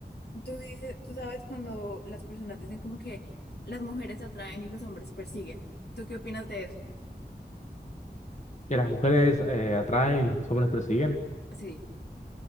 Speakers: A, on the left; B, on the left.
A: tú dices, tú sabes cuando las personas dicen como que las mujeres atraen y los hombres persiguen. ¿Tú qué opinas de eso?
B: que las mujeres eh, atraen y los hombres persiguen.
A: Sí.